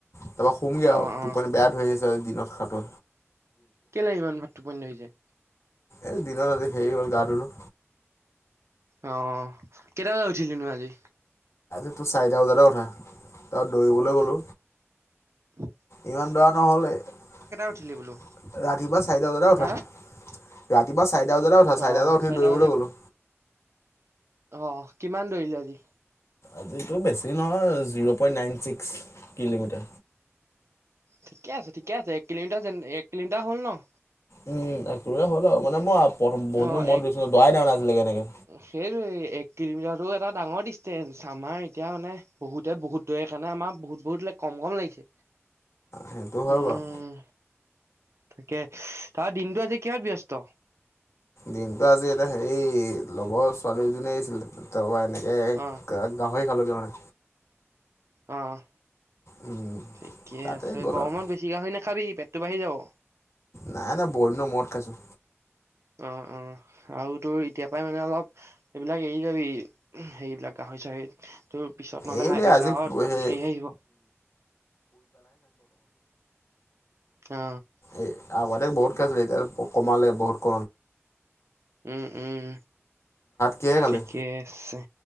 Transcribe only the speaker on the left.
তাৰপা সোমগে
আৰু
টোপানে বেয়া ধৰি আহিছে আৰু দিনত খো
এ দিনৰ ৰাতি সেৰি হ'ল গা ধুলো
তটো চাৰিটা বজাতে কথা তাৰ দৌৰিবলৈ গ'লো।
ইমান দৌৰা নহল ৰাতিপুৱা
চাৰিটা বতে উঠা
ৰাতিপুৱা চাৰিটা বজাতে উঠা চাৰিটা
বজাত উঠি দৌৰিবলৈ
গলো
আজো বেছি নহয় zero point nine six kilometre.
উম, একোৰে হ'ল আৰু মানে মই প্ৰথম বহুত
দিনৰ মূৰত
দৌৰিছিলোঁ, দৌৰাই নাই মানে আজিলৈকে এনেকে।
সেইটো হয়
বাৰু।
দিনটো আজি এয়া হেৰি লগৰ ছোৱালীজনীয়ে আছিলে পৰা এনে এ
গাহৰি খালোগে মানে।
উম,
তাতে
গ'ল
আৰু।
নাই নাই বহুদিন মূৰত খাইছোঁ।
এইবুলি
আজি সেই
এ আগতে বহুত ক লাগ এতিয়া কমালে বহুত ক
কিহেৰে
খালি?